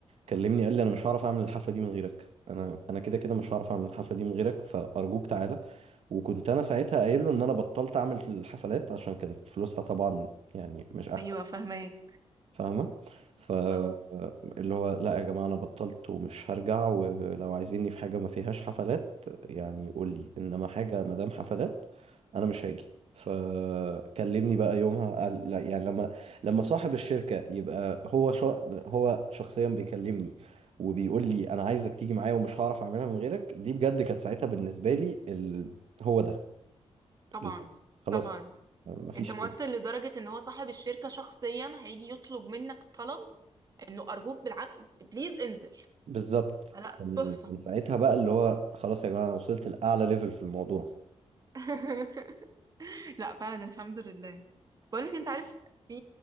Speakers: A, on the right; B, on the right.
A: كلمني قال لي أنا مش هعرف أعمل الحفلة دي من غيرك أنا أنا كده كده مش هعرف أعمل الحفلة دي من غيرك فأرجوك تعالى وكنت أنا ساعتها قايل له إن أنا بطلت أعمل الحفلات عشان كانت فلوسها طبعا يعني مش أحسن
B: ايوه فاهمك
A: فاهمة فاللي
B: اه
A: هو لا يا جماعة أنا بطلت ومش هرجع ولو عايزيني في حاجة ما فيهاش حفلات يعني قول لي إنما حاجة ما دام حفلات أنا مش هاجي فكلمني بقى يومها قال لا يعني لما لما صاحب الشركة يبقى هو شا... هو شخصيا بيكلمني وبيقول لي أنا عايزك تيجي معايا ومش هعرف أعملها من غيرك دي بجد كانت ساعتها بالنسبة لي ال... هو ده
B: طبعا
A: ال... خلاص
B: طبعا
A: مفيش
B: انت مؤثر لدرجة ان هو صاحب الشركة شخصيا هيجي يطلب منك طلب انه ارجوك بالعقل بليز انزل
A: بالظبط
B: لا
A: كان
B: تحفه
A: كان ساعتها بقى اللي هو خلاص يا جماعة أنا وصلت لأعلى ليفل في الموضوع
B: <laughs> لا فعلا الحمد لله بقول لك انت عارف في